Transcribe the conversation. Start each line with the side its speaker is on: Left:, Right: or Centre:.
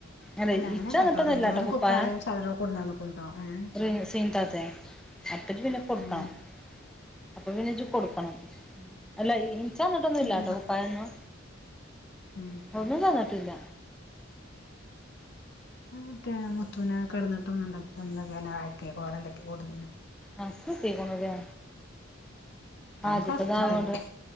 Centre: അല്ല
Left: അങ്ങനെയല്ലാട്ടോ
Centre: ഇച്ചന്നിട്ടൊന്നൂല്ലാട്ടോ
Left: റിനോന്
Centre: കുപ്പായം
Left: കുപ്പായും സാധനങ്ങളും കൊടുന്നന്ന്ക്കുട്ടോ ഏഹ്
Centre: റ് സീൻത്താത്തെ അപ്പജ്ജ് പിന്നെ കൊടുക്കണം
Left: ഉം
Centre: അപ്പൊ പിന്നെജ്ജ് കൊടുക്കണം അല്ല ഇ ഇനിക്ക് തന്നിട്ടൊന്നുംല്ലാട്ടോ
Left: ആഹ്
Centre: കുപ്പായൊന്നും
Left: ഉം
Centre: ഒന്നും തന്നിട്ടില്ല
Left: ആഹ് മറ്റേ മുത്തുവിനെ കെടന്നിട്ടും എന്ത എന്തൊക്കെ ലക്ക കോലം കെട്ടി കൊടന്ന്നു
Centre: അൻക്ക് കിട്ടീക്കുണുലെ
Left: അവൻ
Centre: ആദ്യത്തെതാവോണ്ട്
Left: ഫസ്റ്റ്ത്തല്ലേ